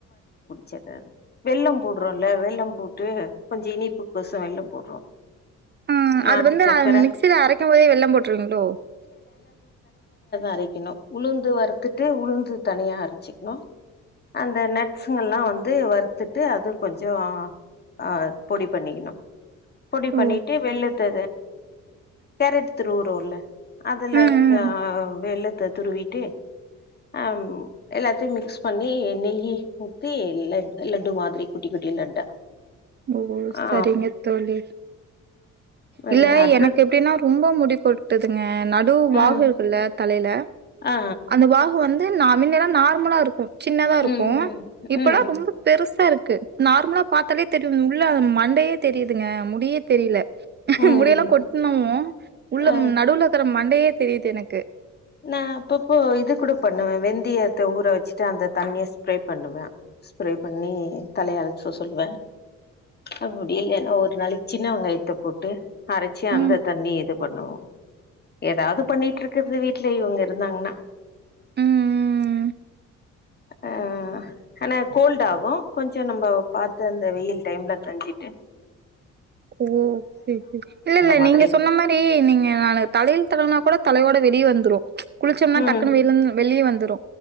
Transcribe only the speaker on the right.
ம்
அது வந்து
அன் மிக்சில அரைக்கும் போதே வெள்ளம் போட்ருவிங்ளோ
ஓ
ம் ம்
ஓ
செரிங்க தோழி
இல்ல
எனக்கு எப்டின்னா ரொம்பா முடி கொட் ங்க நடு வாகு
இருக்குல்ல தலைல
அந்த வாகு வந்து நா மின்னேல்லா நார் ம்லா இருக்கு சின்னதா இருக்கு
இப்பெல்லா
ரொம்ப பெருசா இருக் க்கு நார்ம்லா பாத்தாலே தெர்ரியு உள்ள மண்டையே தெரியுதுங்க முடியே தெரில
முடியெல்லா கொட்னவு உள்ளம்
நடுல இருக்கிற மண்டையே தெரிது எனக்கு
ம்.
ம்.
ஓ சேர் சேஅ இல்ல இல்ல
நீங்க சொன்ன மாரி நீங்க அத தலைல தடவுனா கூட தலையோட வெ அப்டி வந்துரு குளிச்சொம்னா
டக்குனு வெய் வெளி வந்துரு